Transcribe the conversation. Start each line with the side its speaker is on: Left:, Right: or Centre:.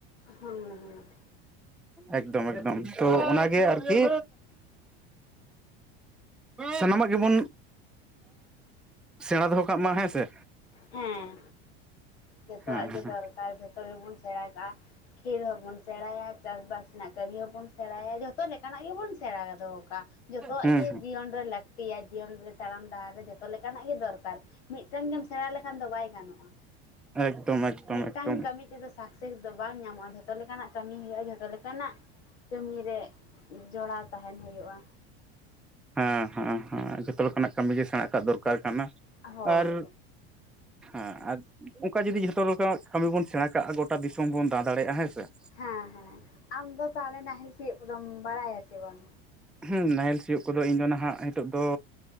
Left: ᱦᱩᱸ ᱦᱩᱸ
Centre: ᱮᱠᱫᱚᱢ ᱮᱠᱫᱚᱢ ᱛᱚ ᱚᱱᱟ ᱜᱮ ᱟᱨᱠᱤ ᱥᱟᱱᱟᱢᱟᱜ ᱜᱮᱵᱚᱱ ᱥᱮᱬᱟ ᱫᱚᱦᱚ ᱠᱟᱜ ᱢᱟ ᱦᱮᱸ ᱥᱮ
Left: ᱦᱮᱸ ᱡᱚᱛᱚᱣᱟᱜ
Centre: ᱦᱮᱸ
Left: ᱜᱮ
Centre: ᱦᱮᱸ
Left: ᱫᱚᱨᱠᱟᱨ ᱡᱚᱛᱚ ᱜᱮᱵᱚᱱ ᱥᱮᱬᱟ ᱠᱟᱜᱼᱟ ᱠᱷᱮᱞ ᱦᱚᱵᱚᱱ ᱥᱮᱬᱟᱭᱟ ᱪᱟᱥᱼᱵᱟᱥ ᱦᱮᱱᱟᱜ ᱠᱟᱹᱢᱤ ᱦᱚᱸᱵᱚᱱ ᱥᱮᱬᱟᱭᱟ ᱡᱷᱚᱛᱚ ᱞᱮᱠᱟᱱᱟᱜ ᱜᱮᱵᱚᱱ ᱥᱮᱬᱟ ᱫᱚᱦᱚ ᱠᱟᱜᱼᱟ ᱡᱚᱛᱚᱣᱟᱜ
Centre: ᱦᱮᱸ
Left: ᱜᱮ ᱡᱤᱭᱚᱱ ᱨᱮ ᱞᱟᱠ ᱯᱮᱭᱟ ᱡᱤᱭᱚᱱ ᱨᱮ ᱛᱟᱲᱟᱢ ᱰᱟᱦᱟᱨ ᱨᱮ ᱡᱚᱛᱚ ᱞᱮᱠᱟᱱᱟᱜ ᱜᱮ ᱫᱚᱨᱠᱟᱨ ᱢᱤᱫ ᱴᱮᱱ ᱜᱮᱢ ᱥᱮᱬᱟ ᱞᱮᱠᱷᱟᱱ ᱫᱚ ᱵᱟᱭ ᱜᱟᱱᱚᱜᱼᱟ,
Centre: ᱮᱠᱫᱚᱢ ᱮᱠᱫᱚᱢ
Left: ᱢᱤᱫᱴᱟᱝ
Centre: ᱮᱠᱫᱚᱢ
Left: ᱠᱟᱹᱢᱤ ᱛᱮᱫᱚ ᱥᱟᱠᱥᱮᱥ ᱫᱚ ᱵᱟᱝ ᱧᱟᱢᱚᱜᱼᱟ, ᱡᱷᱚᱛᱚ ᱞᱮᱠᱟᱱᱟᱜ ᱠᱟᱹᱢᱤ ᱦᱩᱭᱩᱜᱼᱟ, ᱡᱷᱚᱛᱚ ᱞᱮᱠᱟᱱᱟᱜ ᱠᱟᱹᱢᱤ ᱨᱮ ᱡᱚᱲᱟᱣ ᱛᱟᱦᱮᱱ ᱦᱩᱭᱩᱜᱼᱟ᱾
Centre: ᱦᱮᱸ ᱦᱮᱸᱼᱦᱮᱸ ᱡᱚᱛᱚ ᱞᱮᱠᱟᱱᱟᱜ ᱠᱟᱹᱢᱤ ᱜᱮ ᱥᱮᱬᱟ ᱟᱠᱟᱫ ᱫᱚᱨᱠᱟᱨ ᱠᱟᱱᱟ
Left: ᱦᱳᱭ
Centre: ᱟᱨ ᱦᱮ ᱟ ᱚᱱᱠᱟ ᱡᱩᱫᱤ ᱡᱷᱚᱛᱚ ᱞᱮᱠᱟᱱᱟᱜ ᱠᱟᱹᱢᱤ ᱵᱚᱱ ᱥᱮᱬᱟ ᱠᱟᱜᱼᱟ ᱜᱚᱴᱟ ᱫᱤᱥᱚᱢ ᱵᱚᱱ ᱫᱟᱲᱟ ᱫᱟᱲᱮᱭᱟᱜᱼᱟ ᱦᱮᱸ ᱥᱮ
Left: ᱦᱮᱸ ᱦᱮᱸ ᱟᱢ ᱫᱚ ᱛᱟᱦᱚᱞᱮ ᱱᱟᱦᱮᱞ ᱪᱮᱫ ᱠᱚᱫᱚᱢ ᱵᱟᱲᱟᱭᱟ ᱥᱮ ᱵᱟᱝ?
Centre: ᱦᱸᱢ ᱱᱟᱦᱮᱞ ᱥᱤᱭᱳᱜ ᱠᱚ ᱫᱚ ᱤᱧ ᱫᱚ ᱱᱟᱦᱟᱜ ᱱᱤᱛᱚᱜ ᱫᱚ